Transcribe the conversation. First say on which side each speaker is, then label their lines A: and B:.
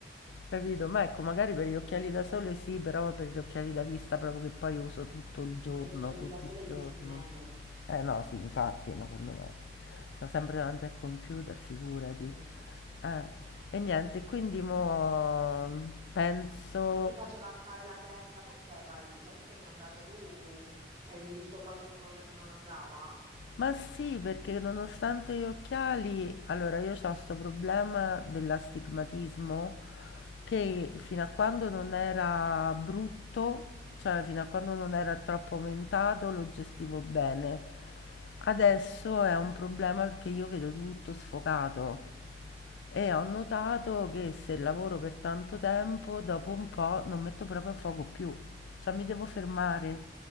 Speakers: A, on the left; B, on the right.
A: capito? Ma ecco, magari per gli occhiali da sole sì, però per gli occhiali da vista proprio che poi uso tutto il giorno,
B: Ma gli occhiali
A: tutti
B: da sole
A: i
B: li
A: giorni.
B: usi di meno.
A: Eh no, sì, infatti, ma quando
B: Eh,
A: mai? Sto sempre davanti al computer, figurati.
B: mm.
A: Eh, e niente, quindi mo penso
B: Ma ti faceva male la testa? Perché vai? Cioè, perché sei andata tu? Hai visto qualche cosa che non andava?
A: Ma sì, perché nonostante gli occhiali, allora io ho questo problema dell'astigmatismo che fino a quando non era brutto, cioè fino a quando non era troppo aumentato, lo gestivo bene. Adesso è un problema perché io vedo tutto sfocato. E ho notato che se lavoro per tanto tempo, dopo un po' non metto proprio a fuoco più. Cioè mi devo fermare